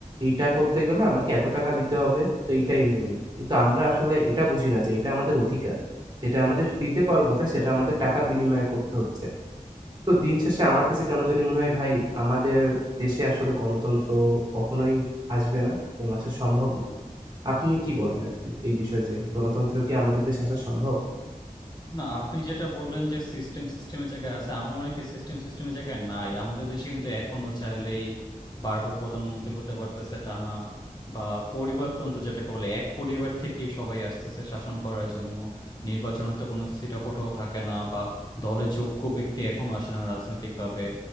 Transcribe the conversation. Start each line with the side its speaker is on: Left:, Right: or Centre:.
Right: এইটা করতে গেলে আমাকে এত টাকা দিতে হবে, তো এইটাই নিয়ম। কিন্তু আমরা আসলে এটা বুঝি না যে এটা আমাদের অধিকার। যেটা আমাদের ফ্রিতে পাওয়ার কথা সেটা আমাদের টাকার বিনিময়ে করতে হচ্ছে। তো দিন শেষে আমার কাছে কেন জানি মনে হয় ভাই, আমাদের দেশে আসলে গণতন্ত্র কখনোই আসবে না এবং আসা সম্ভব না। আপনি কি বলেন আরকি এই বিষয়ে যে গণতন্ত্র কি আমাদের দেশে আসা সম্ভব?
Left: না, আপনি যেটা বললেন যে সিস্টেম সিস্টেমের জায়গায় আছে, আমার মনে হয় কি সিস্টেম সিস্টেমের জায়গায় নাই। আমাদের দেশে কিন্তু এখনো চাইলেই বারবার প্রধানমন্ত্রী হতে পারতেছে টানা বা পরিবারতন্ত্র যেটাকে বলে এক পরিবার থেকেই সবাই আসতেছে শাসন করার জন্য। নির্বাচনের তো কোনো ছিটেফোঁটাও থাকে না বা দলে যোগ্য ব্যক্তি এখনো আসে না রাজনৈতিকভাবে।